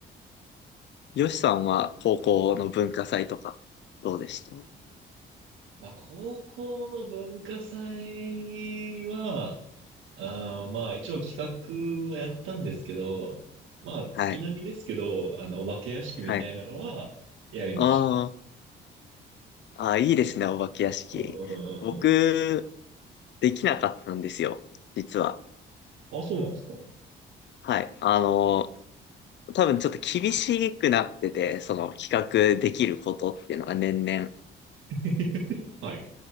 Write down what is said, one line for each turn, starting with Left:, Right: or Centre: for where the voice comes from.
Left: ヨシさんは高校の文化祭とか、どうでしたうん、
Right: まあ、高校の文化祭は、あーまあ、一応企画はやったんですけど、まあ、月並みですけど、
Left: はい、
Right: あの、お化け屋敷みたいなのはやりました。
Left: はい。あーあー、いいですね、お化け屋敷。
Right: うんうんうんう
Left: 僕、できなかったんですよ、実は。
Right: ん。あ、そうなんですか
Left: はい。あの、多分ちょっと厳しくなってて、その企画できることっていうのが年々、
Right: <laughs> はい。